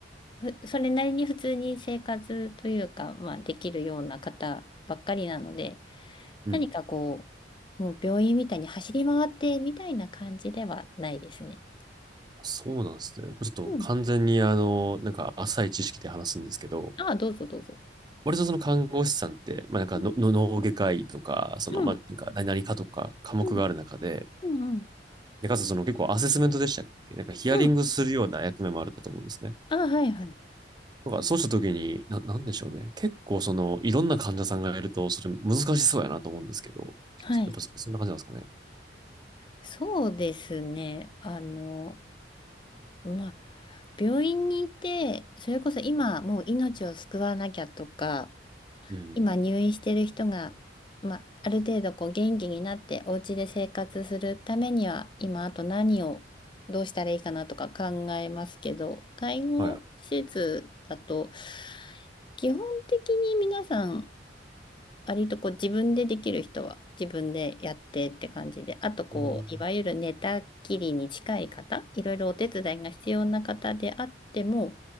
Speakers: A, on the left; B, on the right.
A: ふそれなりに普通に生活というか、まあ、できるような方ばっかりなので、
B: うん。
A: 何かこう、もう病院みたいに走り回ってみたいな感じではないですね。
B: そうなんですね。ちょっと完全にあの、
A: うん。
B: なんか浅い知識で話すんですけど、
A: ああ、どうぞどうぞ。
B: 割とその看護師さんって、まあ、なんかの、
A: うん、
B: の脳外科医とか、その、
A: うん、
B: まあ、なんか、何々かとか科目がある中で、
A: うん、うん。
B: で、かつその結構アセスメントでしたっけなんかヒアリングするような役目もあると思うんですね。
A: うん。ああ、はいはい。
B: だからそうした時に、な、なんでしょうね。結構その、いろんな患者さんがいると、それ難しそうやなと思うんですけど、
A: はい。
B: そやっぱそそんな感じなんですかね。
A: そうですね。あの、まあ、病院にいて、それこそ今もう命を救わなきゃとか、
B: うん。
A: 今入院してる人が、まあ、ある程度こう元気になってお家で生活するためには、今あと何をどうしたらいいかなとか考えますけど、介護施設だと、
B: はいはい。
A: 基本的に皆さん割とこう自分でできる人は自分でやってって感じで、あとこう、
B: うん
A: いわゆる寝たきりに近い方、いろいろお手伝いが必要な方であっても、